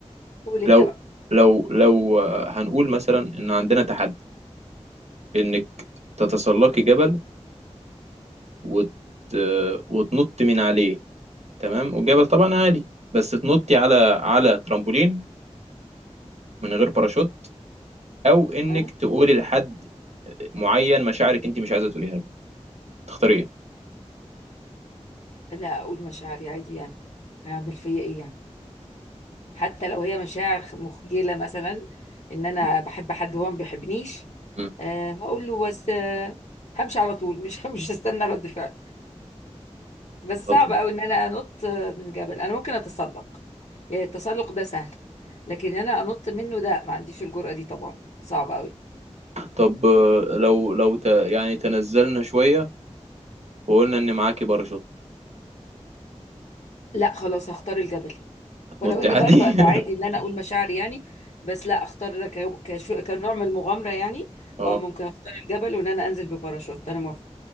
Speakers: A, on the left; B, on the right.
A: قول انت
B: لو
A: بقى
B: لو لو آه، هنقول مثلا ان عندنا تحدي انك تتسلقي جبل وت... وتنط من عليه تمام والجبل طبعا عالي بس تنطي على على ترامبولين من غير باراشوت او انك
A: أه؟
B: تقولي لحد معين مشاعرك انت مش عايزه تقوليها له تختاري ايه
A: لا اقول مشاعري عادي يعني هعمل فيا ايه يعني حتى لو هي مشاعر مخجلة مثلا ان انا
B: مم.
A: بحب حد هو ما بيحبنيش
B: مم.
A: أه هقول له بس أه همشي على طول مش <laughs> مش هستنى رد فعل بس
B: على
A: صعب
B: طول
A: قوي ان انا انط من جبل انا ممكن اتسلق يعني التسلق ده سهل لكن انا انط منه ده ما عنديش الجرأة دي طبعا صعب قوي
B: طب آه، لو لو ت... يعني تنزلنا شويه وقلنا ان معاكي باراشوت
A: لا خلاص هختار الجبل
B: هتنطي
A: ولو اني
B: عادي
A: برضه انا عادي
B: <laughs>
A: ان انا اقول مشاعري يعني بس لا اختار ك- كشو كنوع من المغامرة يعني
B: اه
A: اه ممكن اختار الجبل وان انا انزل بباراشوت انا موافقة